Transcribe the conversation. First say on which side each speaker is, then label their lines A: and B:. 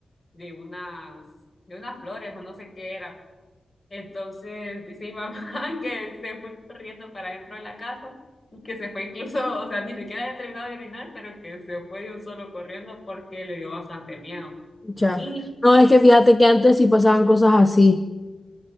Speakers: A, on the left (about 35°); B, on the left (about 15°).
A: de unas, de unas flores o no sé qué era. Entonces dice mi mamá <laughs> que se fue corriendo para dentro de la casa y que se fue incluso, o sea, ni siquiera había terminado de orinar, pero que se fue de un solo corriendo porque le dio bastante miedo.
B: ya.
A: Y
B: No, es que fíjate que antes sí pasaban cosas así.